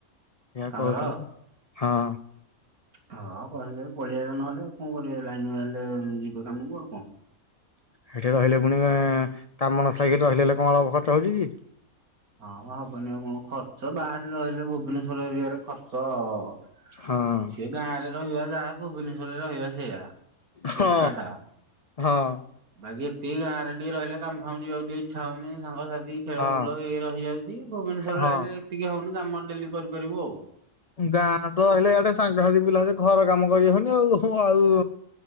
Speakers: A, on the left (about 75°); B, on the right (about 75°).
A: ସେଇଆ
B: ତାଙ୍କର
A: କହୁଥିଲା ହଁ।
B: ହଁ କଦେବେ ପଳେଇଆଇ ନହେଲେ ଆଉ କଣ କରିବା ଲାଇନ୍ ନହେଲେ ଯିବେ କାମକୁ ଆଉ କଣ।
A: ହେଠିକୁ ଆହିଲେ ପୁଣି କାମ ନଥାଇକି ରହିଗଲେ କଣ ଖର୍ଚ୍ଚ ହଉଚ କି?
B: ହଁ ମୋ ହବନି ଆଉ କଣ ଖର୍ଚ୍ଚ ବାହାରେ ରହିଲେ ଭୁବନେଶ୍ୱର ଏରିଆରେ ଖର୍ଚ ଚ
A: ହଁ।
B: ସେଇ ଗାଁ ରେ ରହିବା ଯାହା ଭୁବନେଶ୍ୱରରେ ରହିବା ସେଇଆ।
A: ହଁ
B: ଏକାଟା।
A: ହଁ।
B: ବାକି ଏତିକି ଗାଁରେ ଟିକେ ରହିଲେ କାମ ଫାମ ଯିବାକୁ ଟିକେ ଇଛା ହଉନି ସାଙ୍ଗସାଥି ଖେଳ
A: ହଁ
B: ବୁଲ ଇଏ ରହିଯାଉଛି ଭୁବନେଶୂର ରୁ
A: ହଁ।
B: ଆଇଲେ ଏତିକି ହଉନି କାମ ଡେଲି କରିପାରିବୁ ଆଉ।
A: ଗାଁ ତ ହେଲେ ଏଆଡେ ସାଙ୍ଗାତିକି ପିଲା ଯେ ଘର କାମ କରିହଉନି ଆଉ ଆଉ